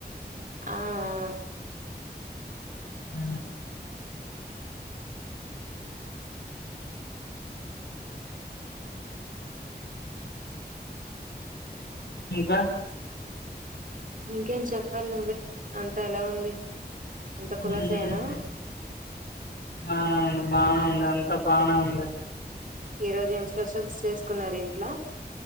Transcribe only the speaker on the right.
ఆ ఆ
ఇంకేం చెప్పాలి నువ్వే అంత ఎలా ఉంది అంత కులాసేనా
ఈ రోజు ఏం స్పెషల్స్ చేసుకున్నారు ఇంట్ల